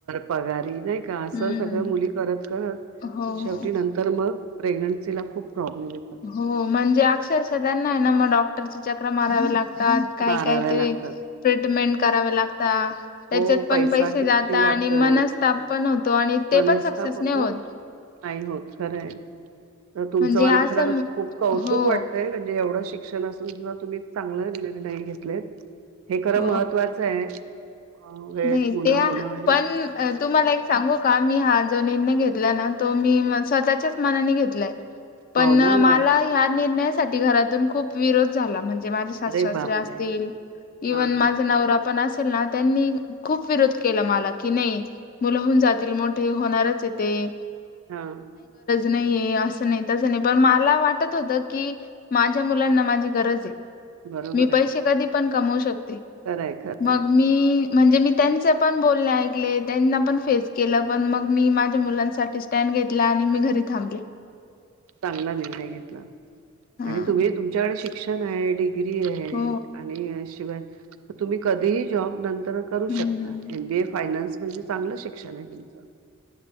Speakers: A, on the right; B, on the left.
A: पगारी नाही का असं
B: हं.
A: सगळं मुली करत करत
B: हो,
A: शेवटी
B: हो.
A: नंतर मग. प्रेग्न्सीला खूप. प्रॉब्लेम येतात.
B: हो म्हणजे अक्षरशः त्यांना ना मग डॉक्टरच चकऱ्या माराव्या लाग काय
A: माराव्या
B: काय ते
A: लागतात.
B: ट्रीटमेंट कराव्या लागतात. त्याच्यात
A: हो
B: पण
A: पैसा
B: पैसे
A: किती
B: जातात आणि
A: जातो
B: मनस्ताप पण होत. आणि
A: मनस्ताप
B: ते पण सक्सेस
A: होतो.
B: नाही होत.
A: नाही होत खरंय. तुमचं
B: म्हणजे
A: मला
B: असं
A: खरंच खूप कौतुक
B: हो.
A: वाटतय म्हणजे एवढं शि शिक्षण असून सुद्धा तुम्ही चांगला निर्णय घेतले हे, खरं
B: अ
A: महत्त्वाचं आहे. अ वेळेत
B: नाही
A: मुलं
B: त्या
A: होणं.
B: पण अ, तुम्हाला एक सांगू का मी हा जो निर्णय घेतला ना तो मी स्वतःच्याच मनाने घेतलाय. पण
A: हो ना
B: मला
A: वाच्छा
B: ह्या निर्णयासाठी घरातून खूप विरोध झाला. माझे सासू
A: अरे
B: सासरे
A: बापरे!
B: असतील इवन
A: हां, हां,
B: माझा
A: हां,
B: नवरा पण असेल ना त्यांनी खूप विरोध केला मला की नाही मुलंहून जातील मोठे होणारच येते.
A: हा..
B: नाही असं नाही तसं नाही पण मला वाटतं होत की माझ्या मुलांना माझी गरज आहे.
A: बरोबर
B: मी
A: आहे.
B: पैसे कधी पण कमवू शकते
A: खरं आहे! खरं
B: मग
A: आहे!
B: मी म्हणजे मी त्यांचे पण बोलणे ऐकले त्यांना पण फेस केलं पण मग मी माझ्या मुलांसाठी स्टँड. घेतला आणि मी घरी थांबले.
A: चांगला निर्णय घेतला.
B: हा
A: आणि तुम्ही तुमच्याकडे शिक्षण आहे डि डिग्री आहे
B: हो
A: आणि शिवाय तुम्ही कधी ही जॉब नंतर कधीही करू
B: हम्म
A: शकता
B: हम्म
A: एम बी ए फायनान्स म्हणजे चांगलं शिक्षण आहे तुमचं